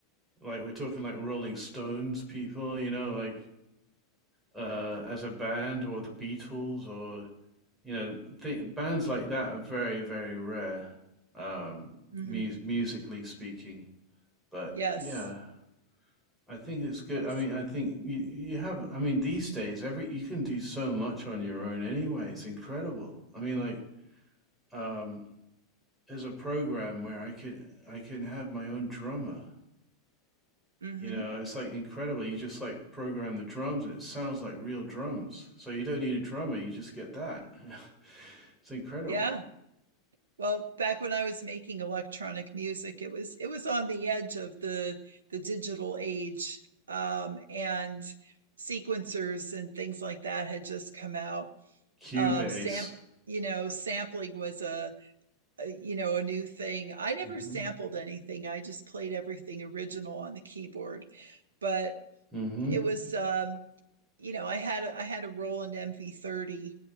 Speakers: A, in the centre; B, on the right (about 65°).
A: like we're talking like Rolling Stones people, you know, like uh as a band or the Beatles or you know, th bands like that are very, very rare, um,
B: hmm
A: mu musically speaking. But
B: Yes,
A: yeah, I think it's good.
B: yes.
A: I mean, I think you you have, I mean, these days every you can do so much on your own anyway. It's incredible. I mean, like um there's a program where I can I can have my own drummer.
B: hmm
A: You know, it's like incredible. You just like program the drums and it sounds like real drums. So you don't need a drummer, you just get that. <laughs> it's incredible.
B: Yeah. Well, back when I was making electronic music, it was it was on the edge of the the digital age, um, and sequencers and things like that had just come out.
A: Cubase.
B: Um, sam, you know, sampling was a uh, you know, a new thing. I never
A: mm Mhm.
B: sampled anything. I just played everything original on the keyboard. But
A: mm Mhm.
B: it was, um, you know, I had I had a Roland MV30.